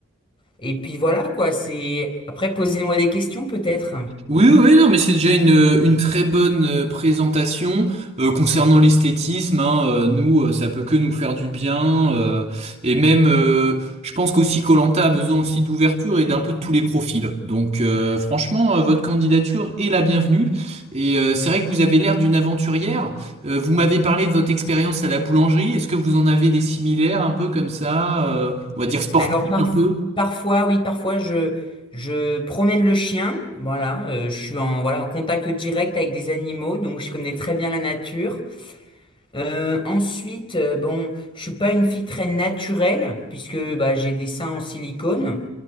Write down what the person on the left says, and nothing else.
Et puis voilà, quoi, c'est... Après, posez-moi des questions, peut-être.
Alors, parf-
parfois, oui, parfois, je, je promène le chien. Voilà, euh, je suis en, voilà, en contact direct avec des animaux, donc je connais très bien la nature. Euh, ensuite, euh, bon, je suis pas une fille très naturelle, puisque bah, j'ai des seins en silicone,